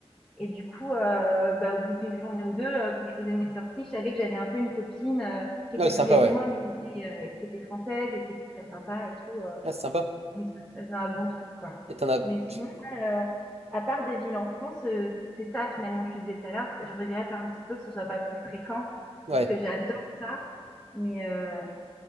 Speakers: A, in the centre; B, on the right (about 70°).
A: Et du coup, euh, bah, au bout d'une journée ou deux, euh, quand je faisais mes sorties, je savais que j'avais un peu une copine euh, qui
B: Ouais,
A: était
B: c'est
A: plus
B: sympa,
A: vieille
B: ouais.
A: que moi, mais qui était, euh, qui était française et qui était très sympa et tout. euh.
B: Ouais, c'est sympa.
A: Donc, ça, ça faisait un bon truc, quoi.
B: Et t'en as...
A: Mais sinon,
B: tu-
A: ouais, euh, à part des villes en France, euh, c'est ça finalement, que je disais tout à l'heure, je regrette un petit peu que ce soit pas plus fréquent,
B: Ouais.
A: parce que j'adore ça, mais euh,